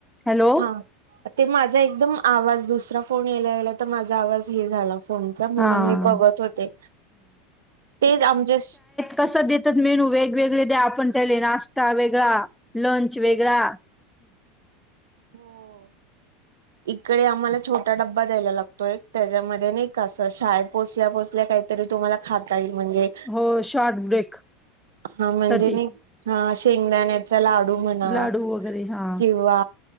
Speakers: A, in the centre; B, on the right.
A: हॅलो?
B: हा. ते माझा एकदम आवाज, दुसरा फोन येला गेला त माझा आवाज हे झाला. फोनचा. म्हणून
A: हां.
B: मी बघत होते. तेच आमच्या
A: कस देतात मेनू? वेगवेगळे द्या. आपण त्याले नाश्ता वेगळा लंच वेगळा.
B: हो. इकडे आम्हाला छोटा ड्बा द्यायला लागतो एक. त्याच्यामध्ये नाही का असं शाळेत पोचल्या पोचल्या काही तरी तुम्हाला खाता येईल. म्हणजे,
A: हो शॉर्ट ब्रेक
B: हा म्हणजे
A: साठी
B: नाही हा शेंगदाण्याचा लाडू म्हणा.
A: लाडू वगैरे हा
B: किंवा